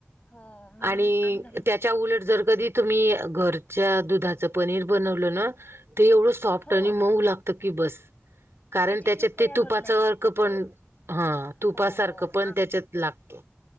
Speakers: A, on the left (about 35°); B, on the right (about 70°).
A: हो मी
B: आणि
A: आम्ही घरी
B: त्याच्या उलट जर कधी तुम्ही घरच्या दुधाच पनीर बनवलं ना ते एवढं सॉफ्ट
A: हो
B: आणि मऊ लागत की बस कारण
A: त्याची
B: त्याच्यात
A: क्यूब तयार
B: ते तुपाचा
A: होत नाही.
B: अर्क पण हा तुपासारखं
A: हो हो
B: पण
A: आ
B: त्याच्यात लाग